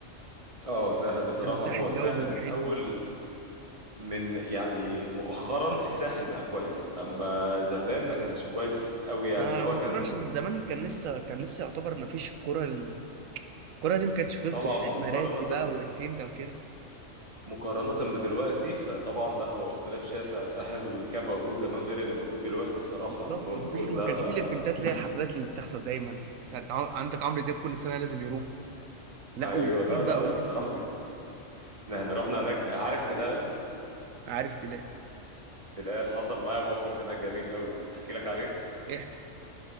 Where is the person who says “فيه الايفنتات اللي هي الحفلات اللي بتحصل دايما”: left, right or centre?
Right